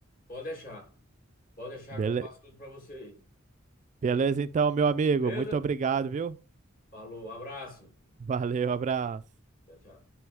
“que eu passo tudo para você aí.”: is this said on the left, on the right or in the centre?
Left